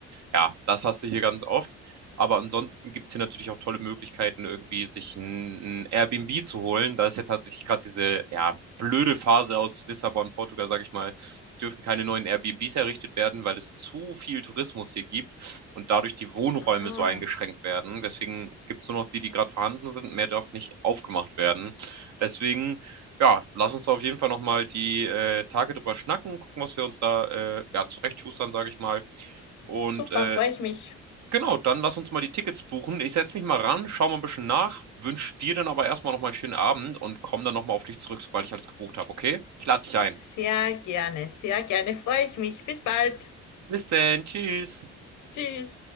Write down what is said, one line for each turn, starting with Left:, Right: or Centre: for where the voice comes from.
Right: Ja, das hast du hier ganz oft. Aber ansonsten gibt es hier natürlich auch tolle Möglichkeiten, irgendwie sich ein, ein Airbnb zu holen. Da ist ja tatsächlich gerade diese ja, blöde Phase aus Lissabon, Portugal, sage ich mal. Die dürfen keine neuen Airbnbs errichtet werden, weil es zu viel Tourismus hier gibt und dadurch die Wohnräume
Left: Ah,
Right: so eingeschränkt werden. Deswegen gibt es nur noch die, die gerade vorhanden sind. Mehr darf nicht aufgemacht werden. Deswegen, ja, lass uns da auf jeden Fall nochmal die äh, Tage drüber schnacken, gucken, was wir uns da äh, ja, zurechtschustern, sage ich mal. Und
Left: super,
Right: äh,
Left: freue ich mich.
Right: genau, dann lass uns mal die Tickets buchen. Ich setze mich mal ran, schau mal ein bisschen nach, wünsche dir dann aber erstmal nochmal einen schönen Abend und komm dann nochmal auf dich zurück, sobald ich alles gebucht habe, okay? Ich lade dich ein.
Left: Sehr gerne, sehr gerne, freue ich mich. Bis bald.
Right: Bis dann, tschüss.
Left: Tschüss.